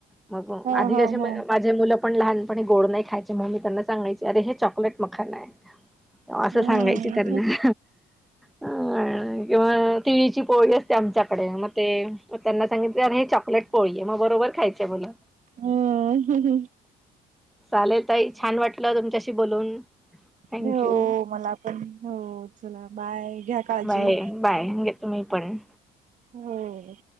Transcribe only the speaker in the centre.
मग
आधी
ज
माझे मु पण लहानपणी गोड नाही खायचे म्हग मी त्यांना सांगायचे अरे हे चॉकलेट मखन आहे असं
सांगायच त्यांना अ किंवा तिळीची पोळी असते आमच्याकडे मग ते त्यांना सांगितलं अर हे चॉकलेट पोळी मग बरोबर खायचय मला
चालेल तई छान वाटलं तुमच्याशी बोलून थँक्यू
बाय बाय तुम्ही पण